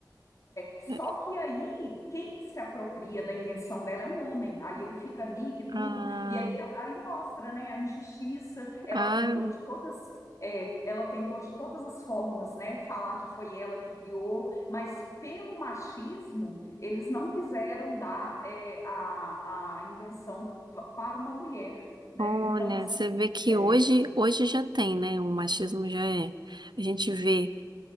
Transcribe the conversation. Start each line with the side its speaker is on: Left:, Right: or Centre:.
Left: Só
Right: é,
Left: que aí, quem se apropria da invenção dela é um homem. Aí ele fica rico e tudo.
Right: ah,
Left: E aí, aí mostra, né, a injustiça. Ela
Right: ah,
Left: tentou de todas, é, ela tentou de todas as formas, né, falar que foi ela que criou. Mas pelo machismo, eles não quiseram dar é, a, a invenção para uma mulher, né?
Right: olha,
Left: Então, assim,
Right: você vê que
Left: é,
Right: hoje, hoje já tem, né? O machismo já é. A gente vê